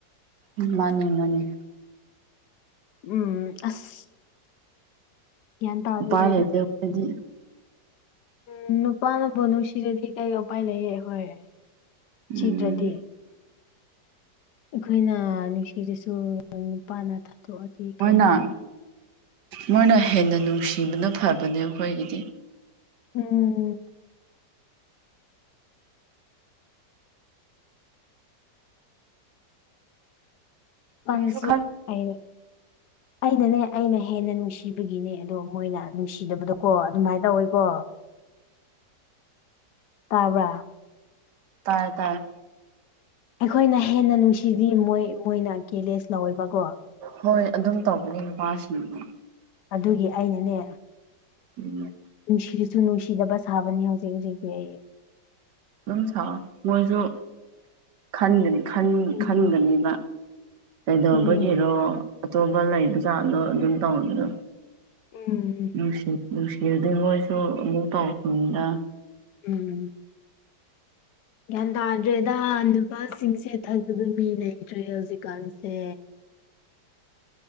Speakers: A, on the right (about 75°); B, on the left (about 75°).
A: ꯅꯤ ꯃꯥꯅꯤ ꯃꯥꯅꯤ
B: ꯎꯝ ꯑꯁ ꯒ꯭ꯌꯥꯟ ꯇꯥꯗꯦꯗ
A: ꯎ ꯄꯥꯏ
B: ꯑꯩꯗ
A: ꯂꯩꯇꯈꯣꯏꯗꯤ
B: ꯎꯝ ꯅꯨꯄꯥꯅꯕꯨ ꯅꯨꯡꯁꯤꯔꯗꯤ ꯀꯩ ꯎꯄꯥꯏ ꯂꯩꯌꯦ ꯍꯣꯏ
A: ꯎꯝ
B: ꯁꯤꯗ꯭ꯔꯗꯤ ꯑꯩꯈꯣꯏꯅ ꯅꯨꯡꯁꯤꯔꯁꯨ ꯅꯨꯄꯥꯅ ꯊꯥꯗꯣꯛꯑꯗꯤ ꯀꯩ
A: ꯃꯣꯏꯅ ꯃꯣꯏꯅ ꯍꯦꯟꯅ ꯅꯨꯡꯁꯤꯕꯅ ꯐꯕꯅꯦ ꯑꯩꯈꯣꯏꯒꯤꯗꯤ
B: ꯎꯝ ꯄꯟꯁꯨ
A: ꯀꯔꯤꯁꯨ ꯈꯟ
B: <unintelligible> ꯑꯩꯅꯅꯦ ꯑꯩꯅ ꯍꯦꯟꯅ ꯅꯨꯡꯁꯤꯕꯒꯤꯅꯦ ꯑꯗꯣ ꯃꯣꯏꯅ ꯅꯨꯡꯁꯤꯗꯕꯗꯀꯣ ꯑꯗꯨꯃꯥꯏꯅ ꯇꯧꯋꯦꯀꯣ ꯇꯥꯕ꯭ꯔꯥ
A: ꯇꯥꯏꯌꯦ ꯇꯥꯏꯌꯦ
B: ꯑꯩꯈꯣꯏꯅ ꯍꯦꯟꯅ ꯅꯨꯡꯁꯤꯗꯤ ꯃꯣꯏ ꯃꯣꯏꯅ ꯒꯦꯂꯦꯁ ꯂꯧꯋꯦꯕꯀꯣ
A: ꯍꯣꯏ ꯑꯗꯨꯝ ꯇꯧꯕꯅꯦ ꯂꯨꯄꯥꯁꯤꯡꯅꯗꯤ
B: ꯑꯗꯨꯒꯤ ꯑꯩꯅꯅꯦ
A: ꯎꯝ
B: ꯅꯨꯡꯁꯤꯔꯁꯨ ꯅꯨꯡꯁꯤꯗꯕ ꯁꯥꯕꯅꯤ ꯍꯧꯖꯤꯛ ꯍꯧꯖꯤꯛꯇꯤ ꯑꯩ
A: ꯑꯗꯨꯝ ꯁꯥ ꯃꯣꯏꯁꯨꯅꯤ
B: ꯎꯝ
A: ꯈꯟꯒꯅꯦꯕ ꯀꯩꯗꯧꯕꯒꯤꯔꯣ
B: ꯎꯝ
A: ꯑꯆꯧꯕ ꯂꯩꯕ ꯖꯥꯠꯂꯣ ꯑꯗꯨꯝ ꯇꯧꯕꯗꯣ
B: ꯎꯝ
A: ꯅꯨꯡꯁꯤ ꯅꯨꯡꯁꯤꯔꯗꯩ ꯃꯣꯏꯁꯨ ꯑꯃꯨꯛ ꯇꯧꯈꯤꯕꯅꯤꯗ
B: ꯎꯝ ꯒ꯭ꯌꯥꯟ ꯇꯥꯗ꯭ꯔꯦꯗ ꯅꯨꯄꯥꯁꯤꯡꯁꯦ ꯊꯖꯕ ꯃꯤ ꯂꯩꯇ꯭ꯔꯦ ꯍꯧꯖꯤꯛꯀꯥꯟꯁꯦ